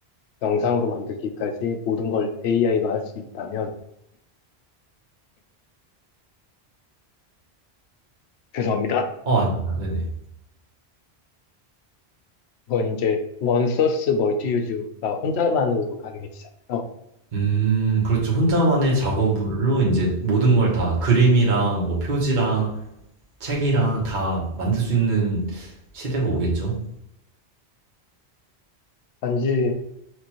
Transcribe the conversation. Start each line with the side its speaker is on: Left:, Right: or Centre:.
Left: 영상으로 만들기까지 모든 걸 AI가 할 수 있다면, 죄송합니다.
Right: 어, 아닙니다. 네네.
Left: 그건 이제 원소스 멀티유즈가 혼자만으로도 가능해지잖아요.
Right: 음, 그렇죠. 혼자만의 작업물로 이제 모든 걸 다 그림이랑 뭐 표지랑 책이랑 다 만들 수 있는 시대가 오겠죠.
Left: 단지